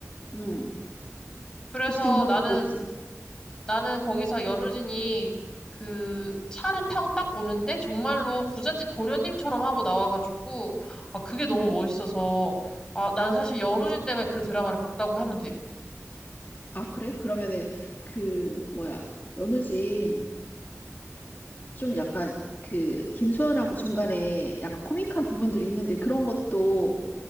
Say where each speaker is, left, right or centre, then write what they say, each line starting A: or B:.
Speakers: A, on the left (about 40°); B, on the left (about 15°).
A: 응.
B: 그래서
A: 그치, 연우진
B: 나는,
A: 그랬지.
B: 나는 거기서 연우진이 그 차를 타고 딱 오는데 정말로 부잣집 도련님처럼 하고 나와가지고 아, 그게 너무
A: 음,
B: 멋있어서 아, 난 사실 연우진 때문에 그 드라마를 봤다고 하면 돼.
A: 아, 그래? 그러면은, 그, 뭐야. 연우진, 좀 약간, 그, 김소연하고 중간에 약간 코믹한 부분들이 있는데 그런 것도